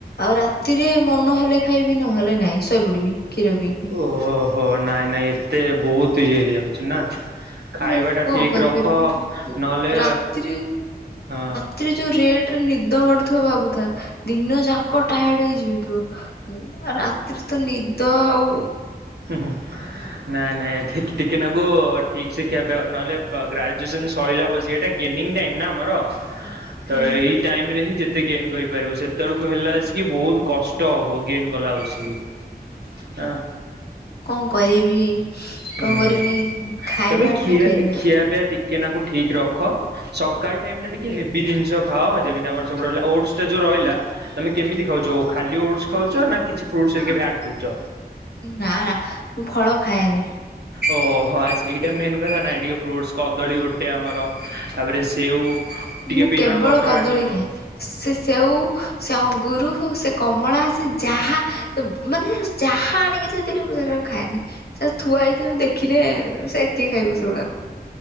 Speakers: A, on the left; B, on the right.
A: ଆଉ ରାତିରେ ମନ ହେଲେ ଖାଇବି ନହେଲେ ନାଇଁ ଶୋଇ ପଡ଼ି ବି କ୍ଷୀର ବି
B: ଓହୋ ନାଇଁ ନାଇଁ ଏତେ ବହୁତ ଇଏ ହେଇଯାଉଛି ନା। ଖାଇବା
A: ମୁଁ
B: ଟା
A: କଣ
B: ଠିକ
A: କରିପାରିବି
B: ରଖ ନହେଲେ
A: ରାତିରେ
B: ହଁ।
A: ରାତିରେ ଯୋଉ ରେଟ୍ ରେ ନିଦ ମାଡୁଥିବ ଭାବୁଥା ଦିନ ଯାକ ଟାୟାର୍ଡ ହେଇଯାଉଥିବ। ହୁରାତିରେ ତ ନିଦ ଆଉ।
B: ହୁଁ ହୁଁ। ନାଇଁ ନାଇଁ ଏଠି ଟିକେ ନାକୁ ଠିକ ସେ ଖିଆ ପିଆ ନହେଲେପା ଗ୍ରାଜୁଏସନ ସଇଲା ବଶିକି ହେ ଏଟା ଗେନୀଙ୍ଗି ଟାଇମ ନା ଆମର ତ
A: ହଁ
B: ଏଇ ଟାଇମ ରେ ହିଁ ଯେତେ ଗେନ୍ କରିପାରିବ ସେତେବେଳକୁ ହେଲା ଆସିକି ବହୁତ କଷ୍ଟ ହେବ ଗେନ୍ କଲା ବସିକୀ ହଁ।
A: କଣ କରିବି?
B: ହୁଁ
A: କଣ କରିବି ଖାଇବାଟା
B: ତମେ ଖିଆ
A: ଠିକ୍ ନାହିଁ।
B: ଖିଆ ପିଆ ଟିକେ ନାକୁ ଠିକ ରଖ। ସକାଳ ଟାଇମ ଟା ଟିକେ ହେବି ଜିନିଷ ଖାଅ ଯେମିତି ଆମର ସବୁ ରହିଲା ଓଡସା ଯୋଉ ରହିଲା। ତମେ କେମିତି ଖାଉଛ ଖାଲି ଓଟସ ଖାଉଛ ନା କିଛି ଫ୍ରୁଟ
A: ହଁ
B: ଶ୍ଆଡ କରୁଛ।
A: ନା ନା ମୁଁ ଫଳ ଖାଏନି।
B: ଓହୋ ସେଇଟା ମେନ୍ କଥା ନାଇଁ ଟିକେ ଫ୍ରୁଟ କଦଳୀ ଗୋଟେ ଆମର ତାପରେ ସେଉ ଟିକିଏ
A: ମୁଁ
B: ପିନଟ୍
A: କେବଳ
B: ବଟର୍
A: କଦଳୀ
B: ଆଡ଼୍ କରିବ।
A: ଖାଏ। ସେ ସେଉ ସେ ଅଙ୍ଗୁରୁ ସେ କମଳା ସେ ଯାହା। ମାନେ ଯାହା ଆଣିକି ଥୋଇଥିଲେ ମୁଁ ସେଟାକୁ ଖାଏନି ସେ ଥୁଆ ହେଇଥିବ ଦେଖିଲେ ସେ। କିଏ ଖାଇବ ସେଗୁଡାକ?